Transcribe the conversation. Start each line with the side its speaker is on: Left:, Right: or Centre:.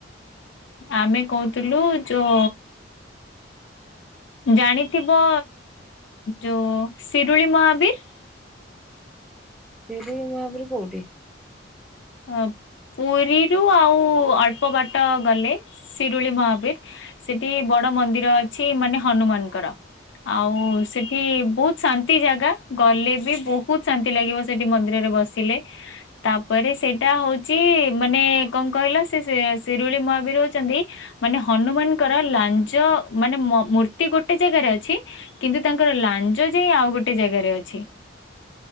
Left: ଆମେ କହୁଥୁଲୁ ଯୋ ଜାଣିଥିବ ଯୋଉ ଶିରୁଳି ମହାବୀର?
Centre: ଶିରୁଳି ମହାବୀର କୋଉଠି?
Left: ଅ ପୁରୀରୁ ଆଉ ଅଳ୍ପ ବାଟ ଗଲେ ଶିରୁଳି ମହାବୀର୍। ସେଠି ବଡ଼ ମନ୍ଦିର ଅଛି ମାନେ ହନୁମାନଙ୍କର, ଆଉ ସେଠି ବହୁତ୍ ଶାନ୍ତି ଜାଗା ଗଲେ ବି ବହୁତ୍ ଶାନ୍ତି ଲାଗିବ ସେଠି ମନ୍ଦିରରେ ବସିଲେ। ତାପରେ ସେଇଟା ହଉଛି ମାନେ କଣ କହିଲା ସେ ଶିରୁଳି ମହାବୀର ହେଉଚନ୍ତି ମାନେ ହନୁମାନଙ୍କର ଲାଞ୍ଜ ମାନେ ମୂର୍ତ୍ତି ଗୋଟେ ଜାଗାରେ ଅଛି କିନ୍ତୁ ତାଙ୍କର ଲାଞ୍ଜ ଯାଇ ଆଉ ଗୋଟେ ଜାଗାରେ ଅଛି।